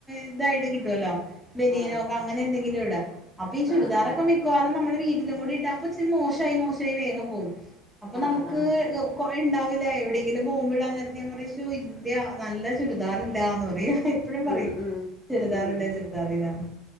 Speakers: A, in the centre; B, on the left.
A: ഇതായിട്ട് കിട്ടോല്ലോ ബെനീനോക്ക
B: ആഹ്
A: അങ്ങനെ എന്തെങ്കിലും ഇട അപ്പ ഈ ചുരിദാറൊക്കെ
B: ആഹ് ആഹ്
A: മിക്കവാറും നമ്മൾ വീട്ടിലും കൂടെ ഇട്ടാ അപ്പൊ ചു ഇത് മോശായി മോശായി വേഗം പോവും അപ്പൊ
B: ആഹ്
A: നമക്ക്
B: ആഹ്
A: കൊറേ ഉണ്ടാവില്ല എവിടെയെങ്കിലും പോകുമ്പടാ നേരത്ത് ഞാൻ പറിം ശോ ഇല്ല നല്ല ചുരിദാറില്ലാന്ന് പറയും എപ്പയും പറയും
B: ഉം ഉം
A: ചുരിദാറില്ല
B: ഉം
A: ചുരിദാറില്ലാന്ന്